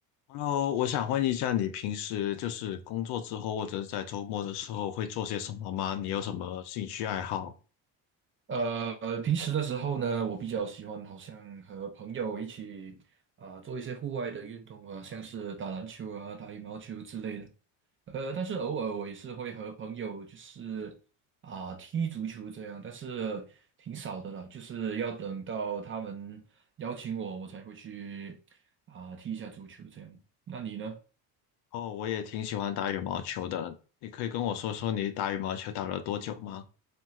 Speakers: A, on the left; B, on the right.
A: Hello，我想问一下，你平时就是工作之后，或者是在周末的时候会做些什么吗？你有什么兴趣爱好？
B: 呃，平时的时候呢，我比较喜欢好像和朋友一起啊、做一些户外的运动啊，像是打篮球啊、打羽毛球之类的。呃，但是偶尔我也是会和朋友就是啊、踢足球这样，但是挺少的了，就是要等到他们邀请我，我才会去啊、踢一下足球这样。那你呢？
A: 哦，我也挺喜欢打羽毛球的，你可以跟我说说你打羽毛球打了多久吗？